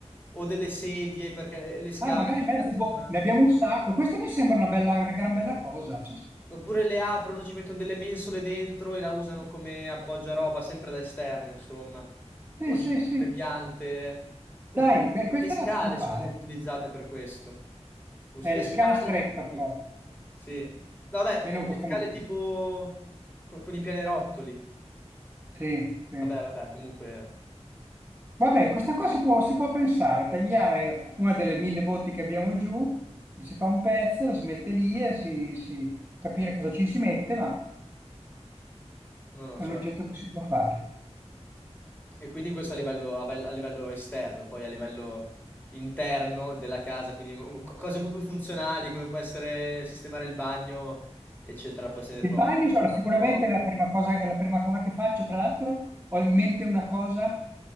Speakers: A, on the left; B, on the right.
A: o delle sedie perché le scavano
B: Ah, magari
A: e ci
B: mezza
A: piazzano
B: botte.
A: una.
B: Ne abbiamo un sacco. Questa mi sembra una bella, una gran bella cosa.
A: Mm.
B: Sì,
A: Oppure le aprono, ci mettono delle mensole dentro e la usano come appoggiaroba, sempre da esterno, insomma.
B: sì,
A: O
B: sì.
A: ci mettono
B: sì.
A: le piante.
B: Dai,
A: Oppure
B: beh,
A: le
B: questa
A: scale
B: la si può fare.
A: sono molto utilizzate per questo. Usi
B: Eh,
A: le
B: le
A: scale.
B: scale strette
A: ci-
B: però.
A: Sì. No, Vabbè,
B: Lì
A: le
B: non
A: le
B: possiamo...
A: scale tipo co- con, i pianerottoli.
B: Sì, sì.
A: Vabbè, vabbè, comunque...
B: Vabbè, questa cosa si può, si può pensare, tagliare una delle mille botti che abbiamo giù, si fa un pezzo, la si mette lì e si, si- capire cosa ci si mette, ma
A: No, no,
B: è
A: certo.
B: un oggetto che si può fare.
A: E quindi questo a livello, a vel- a livello esterno, poi a livello interno della casa, quindi um, co- cose un po' più funzionali, come può essere sistemare il bagno, eccetera, poi se ne
B: Il
A: può
B: bagno, allora,
A: parlare
B: sicuramente
A: un'altra volta.
B: è la prima cosa, è la prima cosa che faccio. Tra l'altro, ho in mente una cosa,